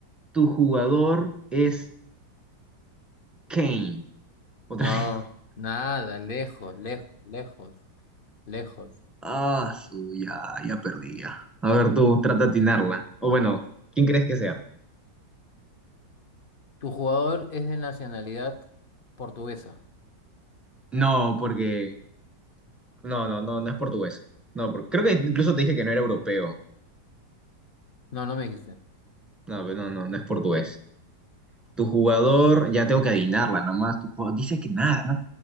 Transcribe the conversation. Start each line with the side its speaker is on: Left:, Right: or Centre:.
Centre: Tu jugador es Kane. Otra
Left: No,
Centre: vez. <laughs>
Left: nada, lejos, lejos, lejos, lejos.
Centre: Ah, su, ya, ya perdí ya. A ver, tú, trata de atinarla. O bueno, ¿quién crees que sea?
Left: ¿Tu jugador es de nacionalidad portuguesa?
Centre: No, porque No, no, no, no es portugués. No, por- creo que incluso te dije que no era europeo.
Left: No, no me dijiste.
Centre: No, pero no, no, no es portugués. Tu jugador, ya tengo que adivinarla nomás. Tu jugador, dice que nada, ¿no?